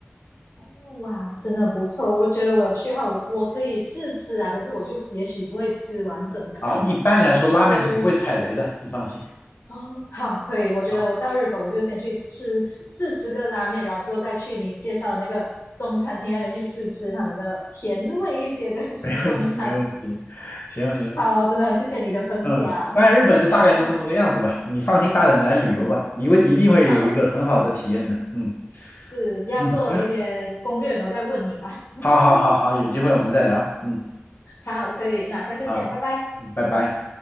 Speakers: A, on the left (about 85°); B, on the left (about 55°).
A: 哦哇，真的很不错，我觉得我有去后，我我可以试吃啊，可是我就也许不会吃完整盘。
B: 啊。一般来说，
A: <laughs>
B: 拉面是不会踩雷的，
A: 对，
B: 你放心
A: 哦，好，可以，我觉得我到日本我就先去试吃试吃个拉面，
B: 啊，
A: 然后之后再去你介绍的那个中餐厅那边去试吃他们的甜味一些的 <laughs>
B: 没问题没问题。
A: 中餐。
B: 行行。
A: 好，真的很谢谢你的分享。
B: 嗯，关于日本就大概是这么个样子吧，
A: 好，
B: 你放心大胆的来旅游吧，
A: 嗯，
B: 你会一定会有一个很好的体验的。
A: 好，
B: 嗯
A: 是要做一些攻略的时候再问你吧。
B: 嗯，行，好好好好，有机会我们再聊。嗯，
A: 好，可以，那下次见，
B: 啊，
A: 拜拜。
B: 嗯拜拜。